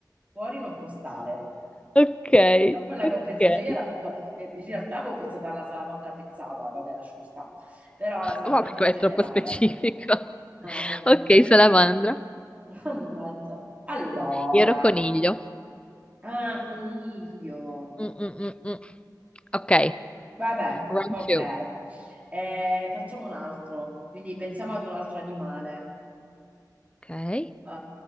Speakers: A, on the right (about 20°); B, on the left (about 15°).
A: fuori non può stare.
B: Ok,
A: Però quella
B: ok.
A: che ho pensato io era proprio, eh, in realtà avevo pensato alla salamandra pezzata, vabbè, lasciamo stare, però alla salamandra
B: Vabbè, qua
A: in
B: è
A: generale.
B: troppo specifico. <laughs>
A: No, vabbè,
B: Ok,
A: infatti
B: salamandra.
A: ho pensato... <laughs> Mannaggia. Allora,
B: Io ero coniglio.
A: ah, coniglio.
B: Mm, mm, mm, mm. Ok,
A: Vabbè,
B: round
A: ok.
B: two.
A: Eh, facciamo un altro, quindi pensiamo ad un altro animale.
B: Ok,
A: Eh,